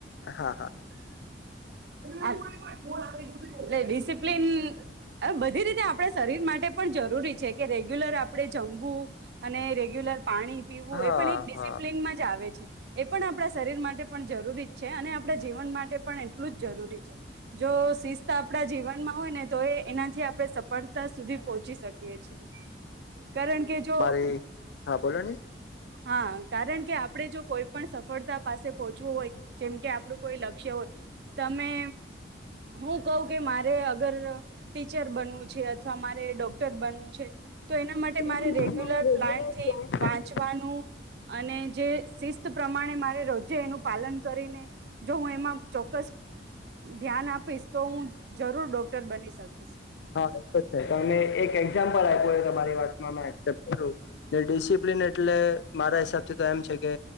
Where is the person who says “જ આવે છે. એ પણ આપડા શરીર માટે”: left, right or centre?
Right